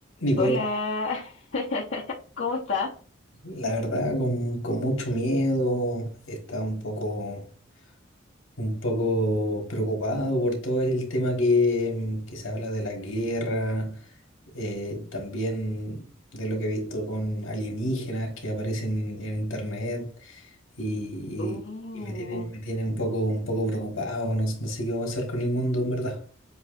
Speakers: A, on the left; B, on the left.
A: Nicole,
B: Hola, <laughs> ¿cómo estás?
A: la verdad, con, con mucho miedo, estaba un poco, un poco preocupado por todo el tema que, que se habla de la guerra, eh, también de lo que he visto con alienígenas que aparecen en internet y,
B: Uh,
A: y- y me tiene, me tiene un poco, un poco preocupado, no, no sé qué va a pasar con el mundo en verdad.